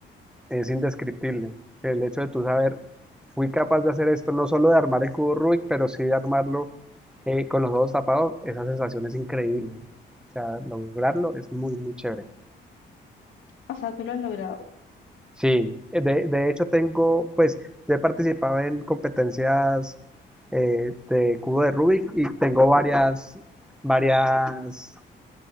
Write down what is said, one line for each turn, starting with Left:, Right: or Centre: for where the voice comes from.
Centre: es indescriptible. El hecho de tú saber, fui capaz de hacer esto, no solo de armar el cubo Rubik, pero sí de armarlo eh, con los ojos tapados, esa sensación es increíble. O sea, lograrlo es muy, muy chévere.
Left: O sea, tú lo has logrado.
Centre: Sí, de, de hecho tengo, pues, yo he participado en competencias eh, de cubo de Rubik y tengo varias, varias